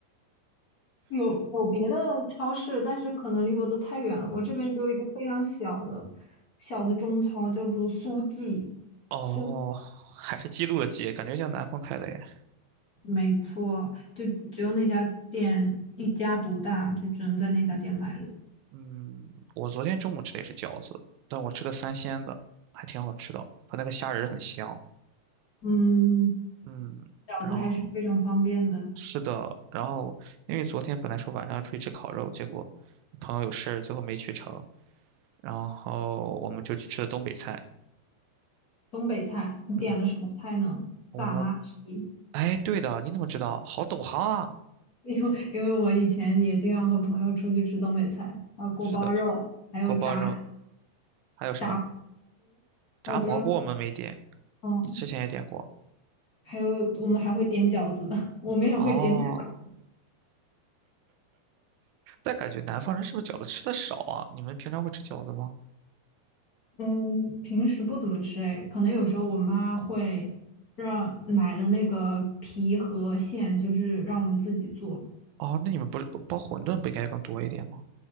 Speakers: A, on the left; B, on the right.
A: 有有别的超市，但是可能离我都太远了。我这边只有一个非常小的小的中超，叫做苏记，
B: 哦，
A: 苏，
B: 还是记录了记，感觉像南方开的耶。
A: 没错，就只有那家店一家独大，就只能在那家店买了。
B: 嗯，我昨天中午吃的也是饺子，但我吃的三鲜的，还挺好吃的。它那个虾仁儿很香。
A: 嗯，
B: 嗯，
A: 饺子还是非常方便的。
B: 然后是的，然后因为昨天本来说晚上要出去吃烤肉，结果朋友有事儿，最后没去成。然后我们就去吃的东北菜。
A: 东北菜，你点了什么菜呢？
B: 嗯，我们
A: 大拉皮，
B: 哎，对的，你怎么知道？好懂行啊！
A: 因为因为我以前也经常和朋友出去吃东北菜，啊，锅包肉，
B: 是的，
A: 还有炸
B: 锅包肉，还有什么
A: 炸，
B: 炸蘑菇？
A: 啊，我不知道，
B: 我们没点，
A: 嗯。
B: 你之前也点过。
A: 还有我们还会点饺子，<laughs> 我们也会点饺子
B: 哦，但感觉南方人是不是饺子吃的少啊？你们平常会吃饺子吗？
A: 嗯，平时不怎么吃哎，可能有时候我妈会让买了那个皮和馅，就是让我们自己做。
B: 哦，那你们不是包馄饨不应该更多一点吗？